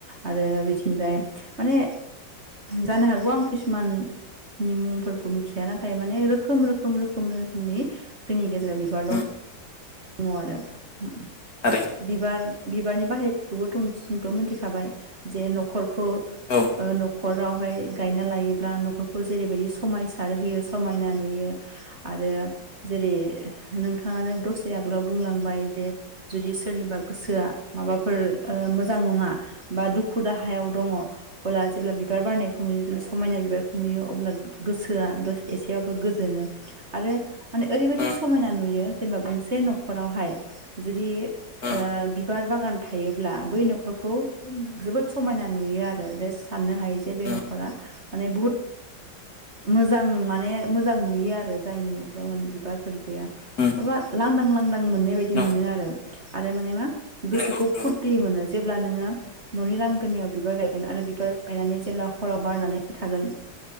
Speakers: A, on the right; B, on the left.
A: आरो बिथिंजाय माने जानो हागौ आं किसुमान नि मुंफोरखौ मिथिया नाथाय माने रोखोम रोखोम रोखोम जोंनि गेजेराव बिबार दं
B: उम
A: दङ आरो
B: थारैनो
A: बिबार बिबारनि बाहेरखौबोुंथ' मिथिखाबाय जे न'खर खौ
B: औ
A: ओ न खरावहाय गायना लायोब्ला न'खरखौ जेरैबायदि समायसार होयो समायना नुयो आरो जेरै नोंथाङानो दसे आगोलाव बुंलांबाय जे जुदि सोरनिबा गोसोआ माबाफोर ओ मोजां नङा बा दुखु दाहायाव दङ अब्ला जेब्ला बिबार बारनायखौ नुयो जब्ला समायना बिबारखौ नुयो अब्ला गोसोआ एसेबाबो गोजोनो आरो माने ओरैबायदि
B: उम
A: समायना नुयो जेनेबा गंसे न'खरावहाय जुदि ओ
B: उम
A: बिबार बागान थायोब्ला बै न'खरखौ जोबोद समायना नुयो आरो जे साननो हायो जे बे न'
B: उम
A: खरा माने बुहुत मोजां माने मोजां नुयो आरो जायनि न' माने बिबारफोर गैया
B: उम
A: माबा लांदां लांदां मोननाय बायदि
B: औ
A: मोनो आरो आरो माने मा गोसोखौ
B: नंगौ नंगौ
A: फुरथि मोनो जेब्ला नोङो न'नि लांगोनायाव बिबार गायगोन आरो बिबार गायनानै जेब्ला खराव बारनानै थागोन